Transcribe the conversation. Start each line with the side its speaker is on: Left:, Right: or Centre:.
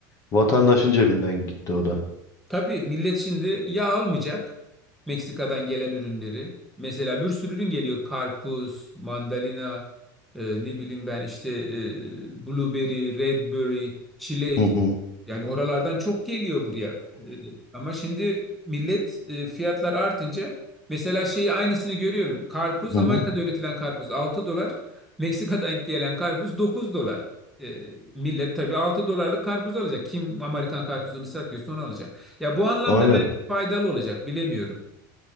Left: vatandaşın cebinden gitti o da.
Centre: Tabii millet şimdi yağ almayacak Meksika'dan gelen ürünleri. Mesela bir sürü ürün geliyor. Karpuz, mandalina, e, ne bileyim ben işte e, blueberry, redberry, çilek.
Left: Hı hı.
Centre: Yani oralardan çok geliyor buraya. E, ama şimdi millet e, fiyatlar artınca mesela şeyi aynısını görüyorum. Karpuz
Left: Hı
Centre: Amerika'da
Left: hı.
Centre: üretilen karpuz 6 dolar. Meksika'dan gelen karpuz 9 dolar. E, millet tabii 6 dolarlık karpuz alacak. Kim Amerikan karpuzunu satıyorsa onu alacak. Ya bu anlamda
Left: Aynen.
Centre: belki faydalı olacak, bilemiyorum.